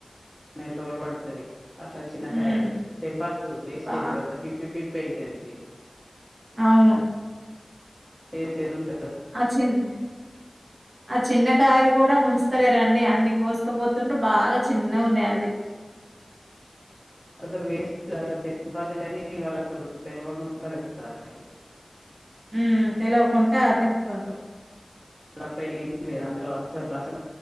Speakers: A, in the centre; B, on the right.
A: నెల రోజులు పడుతుది అట్లా చిన్నకాయలు
B: ఉమ్
A: తెంపద్దు వేస్ట్
B: బా
A: అవుతుది అంతా పిప్పి పిప్పి అవుతుది పి
B: అవును
A: సే సేంట
B: ఆ చిన్న ఆ చిన్నకాయలు కూడా ఉంచ సరే రండి అన్ని కోసుకపోతుంటూ బాగా చిన్నగా ఉన్నాయి అవి
A: అసలు వేస్ట్ అట్లా తెంపదు కానీ వాళ్ళకు తెలివకుండా దింపుతారు
B: ఉ తెలాకు ఆ తింపుతుండు
A: ఇపై ఏమి లేదు అందులో అసలు రసం